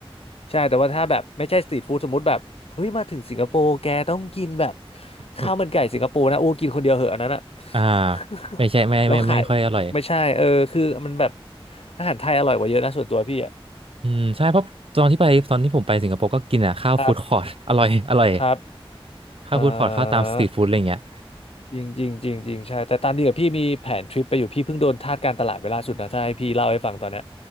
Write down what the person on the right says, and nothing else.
อืมอ่า
ไม่ใช่ไม่ไม่ไม่ไม่ค่อยอร่อย
อืมใช่เพราะตอนที่ไปตอนที่ผมไปสิงคโปร์ก็กินอ่ะข้าวฟู้ดคอร์ต
<laughs> อร่อยอร่อย
ข้าวฟู้ดคอร์ตข้าวตามสตรีทฟู้ดอะไรอย่างเงี้ย